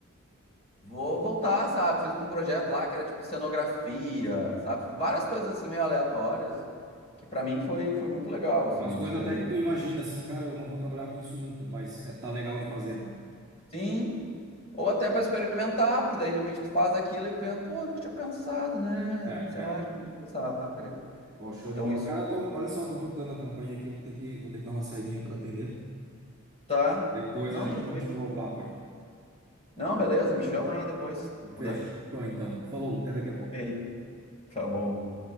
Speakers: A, on the left (about 30°); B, on the right (about 15°).
A: vou voltar, sabe? Fiz um projeto lá que era tipo cenografia, sabe? Várias coisas assim meio aleatórias, que para mim foi foi muito legal, assim,
B: Umas
A: eu
B: coisas
A: misturei.
B: até que tu imagina, assim, cara, eu não vou trabalhar com isso nunca, mas é, tá legal de fazer, né?
A: Sim. Ou até para experimentar, porque daí de repente tu faz aquilo e pensa, pô, nunca tinha pensado, né?
B: É,
A: Sei
B: é.
A: lá, já tinha pensado.
B: Pô, show
A: Então
B: de bola.
A: isso
B: Cara, tão, olha só, estão tocando a campainha aqui, vou ter que, vou ter que dar uma saidinha para atender.
A: Tá.
B: Depois
A: Não,
B: a gente
A: tranquilo.
B: continua o papo aí.
A: Não, beleza, me chama aí depois, se puder.
B: Fechou, então. Falou, até daqui a pouco.
A: Ei, tá bom.